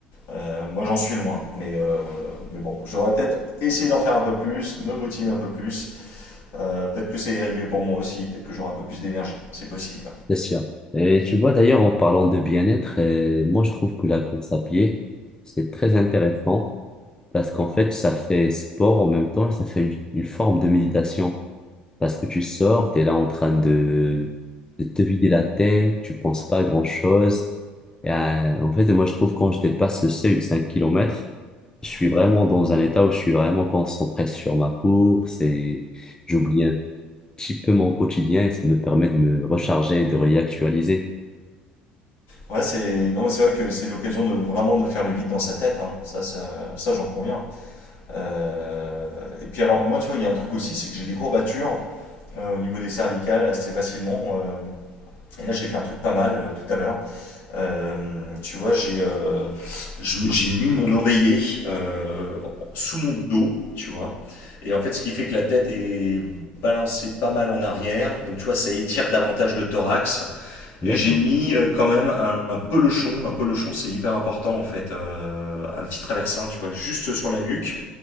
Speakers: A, on the left; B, on the left.
A: Euh, moi, j'en suis loin, mais, euh, mais bon, j'aurais peut-être essayé d'en faire un peu plus, me motiver un peu plus. Euh, peut-être que ça irait mieux pour moi aussi, peut-être que j'aurais un peu plus d'énergie, c'est possible.
B: Bien sûr. Et tu vois d'ailleurs en parlant de bien-être, euh, moi je trouve que la course à pied, c'est très intéressant parce qu'en fait ça fait sport en même temps, et ça fait une, une forme de méditation parce que tu sors, tu es là en train de, de te vider la tête, tu penses pas à grand-chose. Et, euh, en fait moi je trouve quand je dépasse le seuil de 5 km, je suis
A: Mhm.
B: vraiment dans un état où je suis vraiment concentré sur ma course et j'oublie un petit peu mon quotidien et ça me permet de me recharger, de réactualiser.
A: Ouais, c'est non, mais c'est vrai que c'est l'occasion de vraiment de faire le vide dans sa tête. hein. Ça, ça, ça, j'en conviens. Euh, Et puis alors, moi, tu vois, il y a un truc aussi, c'est que j'ai des courbatures euh, au niveau des cervicales assez facilement. euh, Et là, j'ai fait un truc pas mal euh, tout à l'heure. Euh, tu vois, j'ai euh, je mets- j'ai mis mon oreiller euh, sous mon dos, tu vois. Et en fait, ce qui fait que la tête est balancée pas mal en arrière. Donc, tu vois, ça étire davantage le thorax.
B: D'accord.
A: Et j'ai mis euh, quand même un, un pelochon. Un pelochon, c'est hyper important, en fait. euh, un petit traversin, tu vois, juste sur la nuque